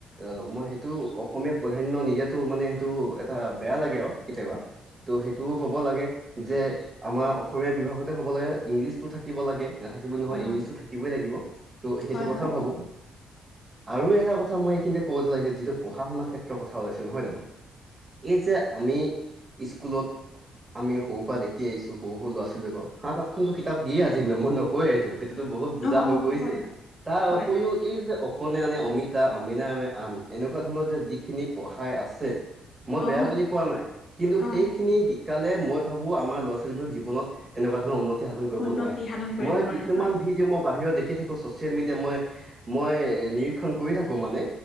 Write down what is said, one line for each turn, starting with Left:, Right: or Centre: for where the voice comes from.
Right: অ মই সেইটো অসমীয়া প্ৰাধান্য নিদিয়াতো মানে সেইটো এটা বেয়া লাগে আৰু কেতিয়াবা ত' সেইটোও হ'ব লাগে যে আমাৰ অসমীয়া বিভাগতে হ'ব লাগে ইংলিছতটো থাকিব লাগে নাথাকিব নহয়
Left: উম
Right: ইংলিছো থাকিবই লাগিব ত' সেইটো
Left: হয়
Right: কথাও
Left: হয়
Right: ভাবো আৰু এটা কথা মই এইখিনিতে ক'ব লাগে যে যিটো পঢ়া শুনাৰ ক্ষেত্ৰৰ কথা ওলাইছে নহয় জানো এই যে আমি স্কুলত আমি সৰু পৰা দেখি আহিছো সৰু সৰু ল'ৰা ছোৱালীক সাত আঠখনতো কিতাপ দিয়ে আজি ন মই নকৌৱে সেইটো বস্তুটো বহুত বুজা
Left: অ
Right: হৈ
Left: অ
Right: পৰিছে
Left: হয় হয়
Right: তাৰ
Left: হয়
Right: উপৰিও এই যে অ কোনে আনে অমিতা অমিনাই আনে আম এনেকোৱা ধৰণৰ যে যিখিনি পঢ়াই আছে মই
Left: অ
Right: বেয়া বুলি কোৱা নাই কিন্তু
Left: অ
Right: সেইখিনি শিকি কালে মই ভাবো আমাৰ ল'ৰা ছোৱালীবোৰ জীৱনত তেনেকোৱা ধৰণৰ উন্নতি সাধন কৰিব
Left: উন্নতি
Right: নোৱাৰে
Left: সাধন কৰিব
Right: মই
Left: নোৱাৰে
Right: কিছুমান
Left: হয়
Right: ভিডিঅ' মই বাহিৰত দেখি থাকো চচিয়েল মিডিয়া মই মই নিৰীক্ষণ কৰি থাকো মানে